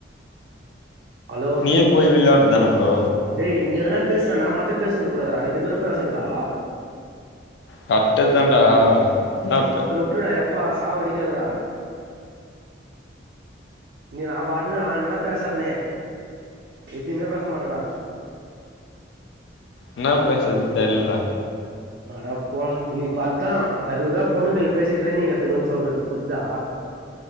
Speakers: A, on the right; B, on the left.
A: ஹலோ
B: ஏ போய் விளையாடுதான ப்ரோ
A: டேய் நீ எதல்லா பேசுற நா மட்டு பேசுன கூடாது ரெண்டு பேரு பேசுன்டா
B: கரக்டு தான்டா என்னப்ப
A: விட்டுற எப்பா சாவடிக்காதடா நீ நா பாட்டு நா என்னா பேசறேனே எதுமே பேச மாட்றடா
B: என்ன பேசுறதுனு தெரியல டா
A: அடா போடா நீ பாத்தா அதுதா பொண்ணுங்கள பேசி ட்ரைனிங் எடுத்துக்கணு சொல்றது புரிதா